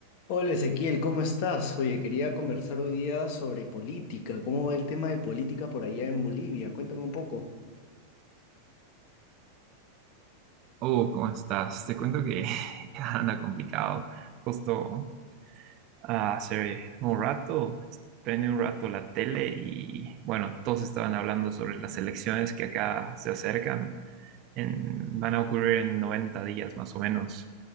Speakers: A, on the left (about 45°); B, on the right (about 40°).
A: Hola Ezequiel, ¿cómo estás? Oye, quería conversar hoy día sobre política. ¿Cómo va el tema de política por allá en Bolivia? Cuéntame un poco.
B: Oh, ¿cómo estás? Te cuento que <laughs> anda complicado. Justo ah, hace un rato, prendí un rato la tele y bueno, todos estaban hablando sobre las elecciones que acá se acercan. En, van a ocurrir en 90 días más o menos,